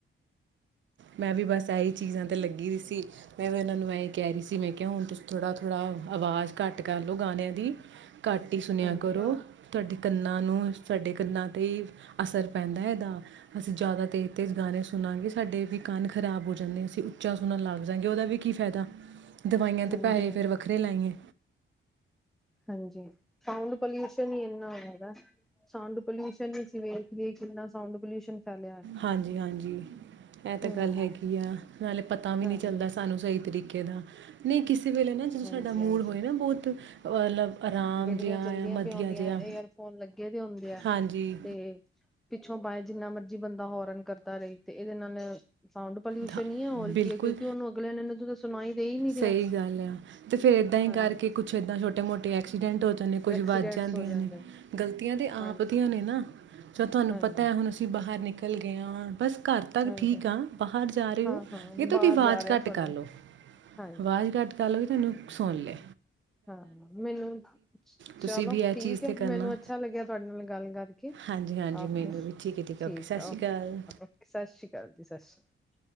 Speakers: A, on the right; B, in the centre.
A: ਮੈਂ ਵੀ ਬਸ ਇਹੀ ਚੀਜ਼ਾਂ ਤੇ ਲੱਗੀ ਰ ਸੀ ਮੈਂ ਵੀ ਉਹਨਾਂ ਨੂੰ ਐਂ ਕਹਿ ਰਹੀ ਸੀ ਮੈਂ ਕਿਹਾ ਹੁਣ ਤੁਂ ਥੋੜ੍ਹਾ ਥੋੜ੍ਹਾ ਆਵਾਜ਼ ਘੱਟ ਕਰ ਲਓ ਗਾਣਿਆਂ ਦੀ ਘਾਟ ਹੀ ਸੁਣਿਆ
B: ਹਾਂਜੀ।
A: ਕਰੋ ਤੁਹਾਡੇ ਕੰਨਾਂ ਨੂੰ ਸਾਡੇ ਕੰਨਾਂ ਤੇ ਹੀ ਅਸਰ ਪੈਂਦਾ ਇਹਦਾ ਅਸੀਂ ਜ਼ਿਆਦਾ ਤੇਜ਼ ਤੇਜ਼ ਗਾਣੇ ਸੁਣਾਂਗੇ ਸਾਡੇ ਵੀ ਕੰਨ ਖਰਾਬ ਹੋ ਜਾਂਦੇ ਅਸੀਂ ਬੱਚਾ ਸੁਨਾ ਲੱਗ ਜਾਂਗੇ ਉਹਦਾ ਵੀ ਕੀ ਫਾਇਦਾ ਦਵਾਈਆਂ
B: ਹਾਂਜੀ-ਹਾਂਜੀ-ਹਾਂਜੀ-ਹਾਂਜੀ
A: ਅਤੇ ਪੈਸੇ ਫਿਰ ਵੱਖਰੇ ਲਾਈਆਂਏ
B: ਹਾਂਜੀ ਸਾਊਂਡ ਪੋਲਿਊਸ਼ਨ ਹੀ ਇੰਨਾ ਹੈਗਾ ਸਾਂਡ ਪੋਲਿਊਸ਼ਨ ਨਹੀਂ ਸੀ ਵੇ ਕਿੰਨਾ ਸਾਊਂਡ ਪੋਲਿਊਸ਼ਨ ਫੈਲਿਆ ਹੈ
A: ਹਾਂਜੀ ਹਾਂਜੀ ਇਹ ਤਾਂ
B: ਹੂੰ
A: ਗੱਲ ਹੈਗੀ ਆ ਨਾਲੇ ਪਤਾ ਵੀ
B: ਹਾਂਜੀ।
A: ਨਹੀਂੀ ਚੱਲਦਾ ਸਾਨੂੰ ਸਹੀ ਤਰੀਕੇ ਦਾ ਨਹੀਂ ਕਿਸੇ ਵੇਲੇ ਨਾ ਜਦੋਂ
B: ਹਾਂਜੀ
A: ਸਾਡਾ ਮੂਡ
B: ਹਾਂਜੀ
A: ਹੋਏ ਨਾ ਬਹੁਤ ਮਤਲਬ ਆਰਾਮ
B: ਗੱਡੀਆਂ
A: ਜਿਹਾ
B: ਚਲਦੀਆਂ
A: ਆ ਮਧੀਆ
B: ਪ ਆਉਂਦੀਆਂ
A: ਜਿਹਾ
B: ਏਅਰਫੋਨ ਲੱਗੇ ਦੇ ਹੁੰਦੇ ਆ
A: ਹਾਂਜੀ
B: ਤੇ ਪਿੱਛੋਂ ਪਆ ਜਿੰਨਾ ਮਰਜ਼ੀ ਬੰਦਾ ਹਰਨ ਕਰਦਾ ਰਹੀ ਤੇ ਇਹਦੇ ਨਾਲ ਸਾਊਂਡ ਪੋਿਊਸ਼ਨ
A: ਧ-
B: ਹੀ ਹੈ ਹੋਰ
A: ਬਿਲਕੁਲ
B: ਕੀ ਹੈ ਕਿਉਂਕਿ ਉਹਨੂੰ ਅਗਲੇ ਨੇ ਇਹਨੂੰ ਸੁਣਾਈ ਦੇਹੀ ਨਹੀਂੀ ਰਿਹਾ
A: ਸਹੀ ਗੱਲ ਆ ਤੇ ਫੇਰ ਏਦਾਂ ਹੀ
B: ਹਾਂਜੀ
A: ਕਰਕੇ ਕੁੱਛ ੱਦਾਂ ਛੋਟੇ ਮੋਟੇ ਐਕਸੀਡੈਂਟ ਨੇ ਕੁੱਝ
B: ਐਕਸੀਡੈਂਟਸ
A: ਵਾਜਾਂ ਦੀਆਂ
B: ਹੋ ਜਾਂਦੇ
A: ਨੇ ਗਲਤੀਆਂ ਤੇ ਆਪ
B: ਹਾਂਜੀ
A: ਦੀਆਂ ਨੇ ਨਾ ਚ ਤੁਹਾਨੂੰ
B: ਹਾਂਜੀ
A: ਪਤਾ ਹੈ ਹੁਣ ਅਸੀਂ ਬਾਹਰ ਨਿਕਲ ਗਏ ਹਾਂ ਬਸ ਘਰ ਤੱਕ
B: ਹਾਂਜੀ
A: ਠੀਕ ਆ ਬਾਹਰ ਜਾ ਰਹੇ
B: ਹਾਂ
A: ਹੋ
B: ਹਾਂ
A: ਇਹ ਤਾਂ
B: ਬਾਹਰ
A: ਉਹਦੀ ਆਵਾਜ਼
B: ਜਾ ਰਿਹਾ
A: ਘੱਟ
B: ਥੋੜਾ
A: ਕਰ ਲੋ
B: ਹਾਂਜੀ
A: ਆਵਾਜ਼ ਘੱਟ ਕਰ ਲਓ ਤਨੂੰਸਣ ਲ
B: ਹਾਂ ਮੈਨੂੰ
A: ਤੁਸੀਂ
B: ਚਲੋ
A: ਵੀ ਇਹ
B: ਠੀਕ
A: ਚੀਜ਼
B: ਹੈ
A: 'ਤੇ ਕਰਨਾ
B: ਮੈਨੂੰ ਅੱਛਾ ਲੱਗਿਆ ਤੁਹਾਡੇ ਨਾਲ ਗੱਲ ਕਰਕੇ
A: ਹਾਂਜੀ ਹਾਂਜੀ
B: ਓਕੇ
A: ਮੈਨੂੰ ਵੀ ਹੈ ਹੈ
B: ਠੀਕ
A: ਸਤਿ ਸ਼੍ਰੀ
B: ਓਕੇ
A: ਅਕਾਲ
B: ਓ ਸਤਿ ਸ੍ਰੀ ਅਕਾਲ ਜੀ ਸਤਿ ਸ਼੍ਰੀ ਅਕਾਲ